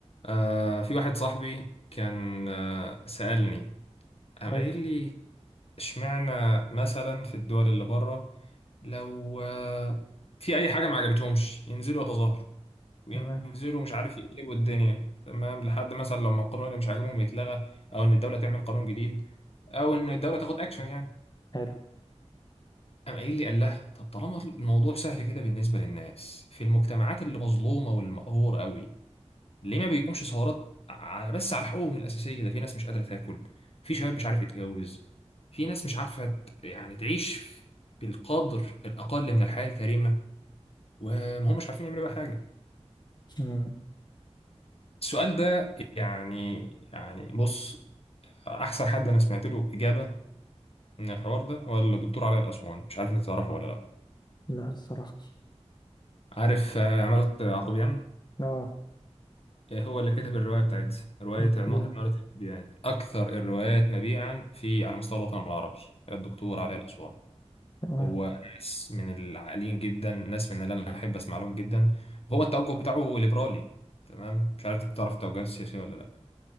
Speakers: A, on the left; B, on the left.
A: آه في واحد صاحبي كان آه سألني قام
B: حلو
A: قايل لي اشمعنى مثلا في الدول اللي بره لو آه في أي حاجة ما عجبتهمش ينزلوا يتظاهروا وينزلوا
B: تمام
A: مش عارف يقلبوا الدنيا تمام لحد مثلا لما القانون اللي مش عاجبهم يتلغى أو إن الدولة تعمل قانون جديد أو إن الدولة تاخد أكشن يعني
B: حلو
A: قام قايل لي قال له طب طالما الموضوع سهل كده بالنسبة للناس في المجتمعات اللي مظلومة والمقهورة قوي ليه ما بيقومش ثورات ع- بس على حقوقهم الأساسية ده في ناس مش قادرة تاكل في شباب مش عارف يتجوز في ناس مش عارفة ت- يعني تعيش بالقدر الأقل من الحياة الكريمة وما هم مش عارفين يعملوا بقى حاجة
B: مم.
A: السؤال ده يعني يعني بص أحسن حد أنا سمعت له إجابة من الحوار ده هو الدكتور علاء الأسواني مش عارف أنت تعرفه ولا لأ
B: لا الصراحة
A: عارف آه، عمالة يعقوبيان
B: اه
A: آه، هو اللي كتب الرواية بتاعتها رواية
B: اوكي
A: عم- عمارة الحب يعني أكثر الروايات مبيعا في على مستوى الوطن العربي الدكتور علي الأسوان
B: تمام
A: هو ناس من العاقلين جدا ناس من اللي أنا أحب أسمع لهم جدا هو التوجه بتاعه ليبرالي تمام مش عارف تعرف التوجهات السياسية ولا لأ